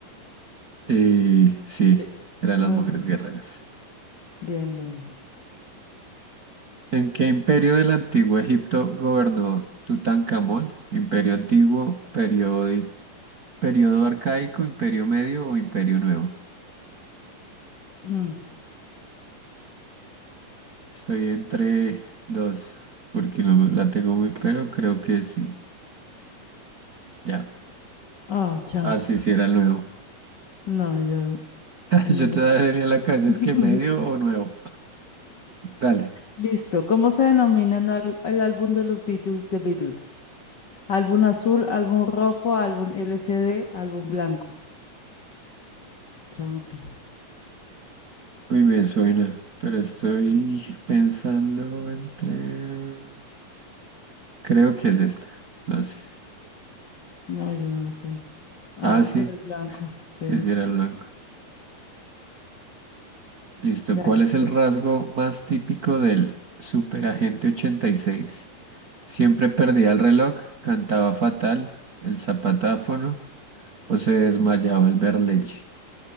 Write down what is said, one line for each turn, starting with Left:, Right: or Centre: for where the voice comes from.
Right: Eh, sí,
Left: Sí.
Right: eran
Left: muy
Right: las mujeres
Left: bien,
Right: guerreras.
Left: bien, bien.
Right: ¿En qué imperio del antiguo Egipto gobernó Tutankamón? ¿Imperio antiguo, periódi- periodo arcaico, imperio medio o imperio nuevo?
Left: Mm,
Right: Estoy entre dos, porque no me- la tengo muy, pero creo que sí. Ya.
Left: Ah, champla.
Right: Ah, sí, sí, era el nuevo.
Left: No, yo
Right: <laughs>
Left: no
Right: Yo
Left: le
Right: todavía
Left: atiné.
Right: tenía en la cabeza
Left: <laughs>
Right: es que medio o nuevo. Dale.
Left: Listo. ¿Cómo se denomina el, al- el álbum de los Beatles, The Beatles? Álbum azul, álbum rojo, álbum LCD, álbum blanco. Chanfle.
Right: Uy, me suena, pero estoy pensando entre... Creo que es esta, no sé.
Left: No, yo no lo sé. Ah,
Right: Ah, sí,
Left: era el blanco. Sí.
Right: sí, sí era el blanco. Listo,
Left: Dale.
Right: ¿cuál es el
Left: toc.
Right: rasgo más típico del superagente ochenta y seis? Siempre perdía el reloj, cantaba fatal, el zapatáfono o se desmayaba al ver leche.